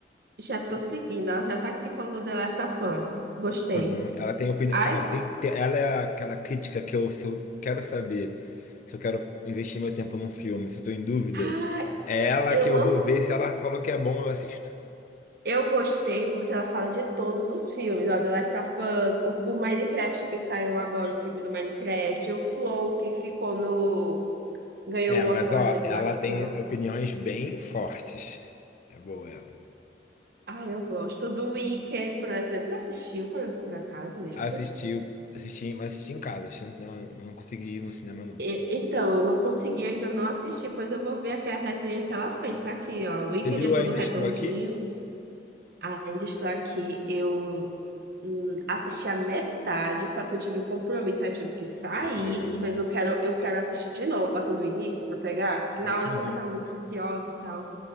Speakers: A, on the right; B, on the left.
A: já tô seguindo, ela já tá aqui falando do The Last of Us. Gostei.
B: Aham. Ela tem opinião.
A: Ai,
B: Cara, tem, tem- ela é aquela crítica que eu, se eu quero saber se eu quero investir meu tempo num filme, se eu tô em dúvida,
A: ai,
B: é ela
A: eu
B: que eu
A: amo.
B: vou ver. Se ela falou que é bom, eu assisto.
A: Eu gostei porque ela fala de todos os filmes, ó, The Last of Us, o, o Minecraft que saiu agora, o filme do Minecraft, o Flow que ficou no... ganhou
B: É,
A: o
B: mas
A: Oscar
B: ó,
A: lá de animação.
B: ela tem opiniões bem fortes. É boa ela.
A: Ah, eu gosto. Do Wicked, por exemplo. Você assistiu, por, por acaso, o Wicked?
B: Assisti, assisti, mas assisti em casa, assisti- não, não consegui ir no cinema, não.
A: E- então, eu não consegui ainda não assistir, pois eu vou ver aqui a resenha que ela fez. Tá aqui, ó. O Wicked
B: Você viu
A: é todo
B: Ainda
A: redondinho.
B: Estou Aqui?
A: Ainda estou aqui. Eu hum, assisti a metade, só que eu tive um compromisso, aí eu tive que sair,
B: Acho que era eu,
A: e- mas
B: né?
A: eu quero, eu quero assistir de novo, assim, do início, pra pegar, que na hora
B: Uhum.
A: eu também tava muito ansiosa e tal,